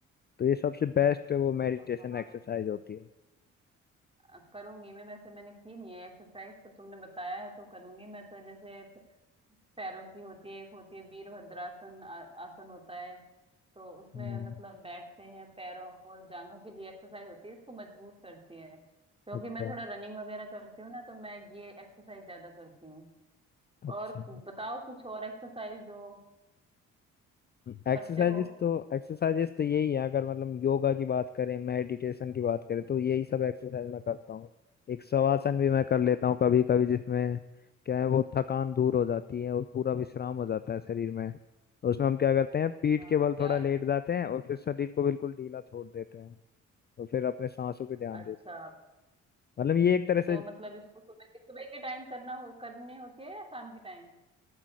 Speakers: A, on the left; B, on the right.
A: तो ये सबसे बेस्ट वो मेडिटेशन
B: हाँ
A: एक्सरसाइज
B: ये-
A: होती है
B: अ, करूंगी मैं वैसे मैंने की नहीं है एक्सरसाइज पर तुमने बताया है तो करूंगी मैं तो जैसे पैरों की होती है एक होती है वीरभद्रासन आ- आसन होता है तो उसमें
A: हम्म
B: मतलब बैठते हैं पैरों और जांघों के लिए एक्सरसाइज होती है इसको मजबूत करती है क्योंकि
A: अच्छा
B: मैं थोड़ा रनिंग वगैरह करती हूँ ना तो मैं ये एक्सरसाइज ज्यादा करती हूँ
A: अच्छा
B: और बताओ कुछ और एक्सरसाइज जो
A: एक्सरसाइजेस
B: करते हो
A: तो एक्सरसाइजेस तो यही है अगर मतलब योगा की बात करें मेडिटेशन की बात करें तो यही सब एक्सरसाइज मैं करता हूँ एक शवासन भी मैं कर लेता हूँ कभी कभी जिसमें क्या है वो थकान दूर हो जाती है और पूरा विश्राम हो जाता है शरीर में उसमें हम क्या करते हैं पीठ
B: आ,
A: के बल
B: क्या
A: थोड़ा लेट जाते हैं और फिर शरीर को बिल्कुल ढीला छोड़ देते हैं और फिर अपने सांसों पे ध्यान
B: अच्छा
A: देते हैं मतलब ये एक तरह
B: तो
A: से
B: मतलब इसको सुबह के सुबह के टाइम करना हो करनी होती है या शाम के टाइम